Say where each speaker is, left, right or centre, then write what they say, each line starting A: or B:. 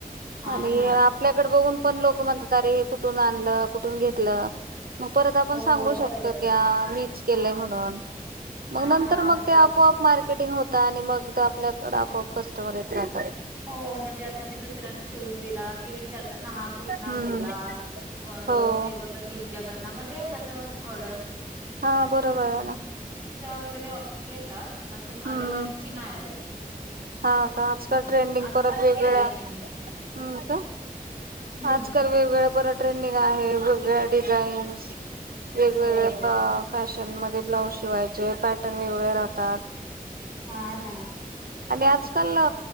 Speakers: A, on the right; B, on the right.
A: हा
B: आणि
A: ना
B: आपल्याकड बघून पण लोक म्हणतात, अरे हे कुठून आणलं? कुठून घेतलं? मग परत आपण
A: हो
B: सांगू
A: बरोबर
B: शकतो की आ मीच केलंय
A: हा
B: म्हणून
A: हा
B: मग नंतर
A: हा
B: मग
A: बरं
B: ते आपोआप मार्केटिंग होत आणि मग ते आपल्याकड आपोआप कस्टमर येत राह
A: हो, म्हणजे आता मी दुसऱ्यांना शिवून दिला की विचारतात ना, हा कुठना
B: हम्म
A: शिवलास? <unintelligible> अर
B: हो.
A: ते बोलतात हिज्याकडन, म ते यतात ऑर्डर
B: हा, बरोबराय ना
A: चा वगैरे ऑ येतात, अजून
B: हम्म
A: आरेवर्कची नाय आले.
B: हा का? आजकाल ट्रेंडिंग
A: आत्ताच
B: परत वेगळ्या,
A: केलाय मी नी
B: हम् का?
A: हम्म
B: आजकाल वेगवेेगळ्या परत ट्रेंडिंग आहे, वेगवेगळ्या डिझाईन्स, वेगवेगळ्या
A: हो
B: पा फॅश शन मध्ये ब्लाउज शिवायचे, पॅटर्न वेगवेगळे राहतात.
A: हा ना
B: आणि आजकाल अ